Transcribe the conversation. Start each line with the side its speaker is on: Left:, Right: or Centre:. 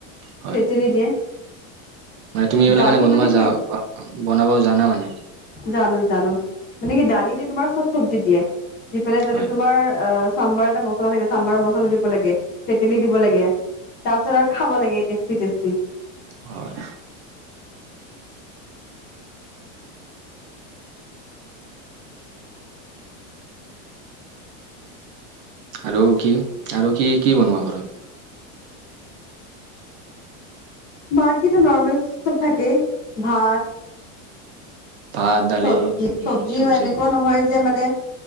Right: হয়।
Left: তেতেলী দিয়ে
Right: মানে তুমি এইবিলাক
Left: ডালি
Right: বনোৱা
Left: মানে কি
Right: যা বনাব জানা মানে
Left: জানো জানো মানে কি দালিতে তোমাৰ চব চব্জি দিয়ে দি পেলাই তাতে
Right: হয়,
Left: তোমাৰ অ চাম্বাৰ এটা মছলা থাকে চাম্বাৰ মছলা দিব লাগে তেতেলী দিব লাগে। তাৰ পাছত আৰু খাব লাগে টেষ্টি টেষ্টি
Right: হয় আৰু কি আৰু কি কি বনোৱা ঘৰত
Left: মাকীটো নৰ্মেলচ চব থাকে ভাত
Right: ভাত, দালি,
Left: চব্জি
Right: উম,
Left: চব্জিও
Right: চব্জি
Left: এনেকুৱা নহয় যে মানে